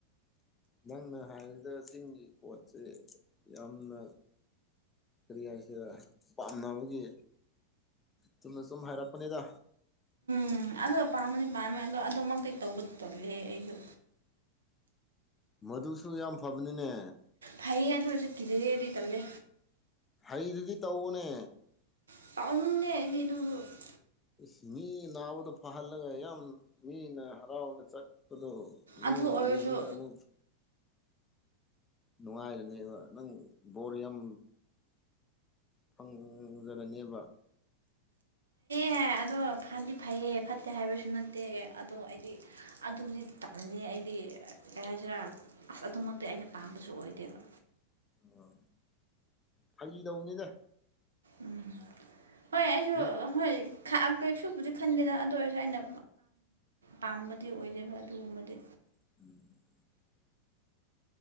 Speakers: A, on the left; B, on the right.
A: ꯅꯪꯅ ꯍꯥꯏꯔꯤꯗ ꯆꯤꯡꯒꯤ ꯄꯣꯠꯁꯦ ꯌꯥꯝꯅ <unintelligible> ꯄꯥꯝꯅꯕꯒꯤ ꯆꯨꯝꯅ ꯁꯨꯝ ꯍꯥꯏꯔꯛꯄꯅꯤꯗ
B: ꯎꯝ ꯑꯗꯨ ꯄꯥꯝꯕꯅꯤ ꯄꯥꯝꯕꯅꯤ ꯑꯗꯣ ꯑꯗꯨꯃꯛꯇꯤ ꯇꯧꯕꯗ ꯇꯜꯂꯤ ꯑꯩꯁꯨ
A: ꯃꯗꯨꯁꯨ ꯌꯥꯝ ꯐꯕꯅꯤꯅꯦ
B: ꯐꯩꯌꯦ ꯑꯗꯨ ꯑꯣꯏꯔꯁꯨ ꯀꯤꯖꯌꯦ ꯑꯩꯗꯤ ꯇꯜꯂꯦ
A: ꯍꯩꯗꯨꯗꯤ ꯇꯧꯑꯣꯅꯦ
B: <unintelligible>
A: ꯏꯁꯁ ꯃꯤ ꯅꯥꯕꯗꯣ ꯐꯍꯜꯂꯒ ꯌꯥꯝ ꯃꯤꯅ ꯍꯔꯥꯎꯅ ꯆꯠꯄꯗꯣ ꯅꯪ
B: ꯑꯗꯨ ꯑꯣꯏꯔꯁꯨ
A: ꯌꯦꯡꯒꯔꯦ ꯑꯃꯨꯛ ꯅꯨꯡꯉꯥꯏꯔꯅꯦꯕ ꯅꯪ ꯕꯣꯔ ꯌꯥꯝ ꯐꯪꯂꯔꯅꯦꯕ
B: ꯑꯦ ꯑꯗꯣ ꯐꯗꯤ ꯐꯩꯌꯦ ꯐꯠꯇꯦ ꯍꯥꯏꯕꯁꯨ ꯅꯠꯇꯦ ꯑꯗꯣ ꯑꯩꯗꯤ ꯑꯗꯨꯗꯤ ꯇꯜꯂꯦ ꯑꯩꯗꯤ ꯀꯩ ꯍꯥꯏꯁꯤꯔꯥ ꯑꯁ ꯑꯗꯨꯃꯛꯇꯤ ꯑꯩꯅ ꯄꯥꯝꯕꯁꯨ ꯑꯣꯏꯗꯦꯕ
A: ꯑꯣ ꯐꯒꯤ ꯇꯧꯕꯅꯤꯗ
B: ꯎꯝ ꯍꯣꯏ ꯑꯩꯁꯨ
A: ꯃꯤ
B: ꯍꯣꯏ <unintelligible> ꯀꯩꯁꯨꯕꯨꯗꯤ ꯈꯟꯗꯦꯗ ꯑꯗꯨ ꯑꯣꯏꯔꯁꯨ ꯑꯩꯅ ꯄꯥꯝꯕꯗꯤ ꯑꯣꯏꯗꯦꯕ ꯑꯗꯨꯒꯨꯝꯕꯗꯤ
A: <unintelligible>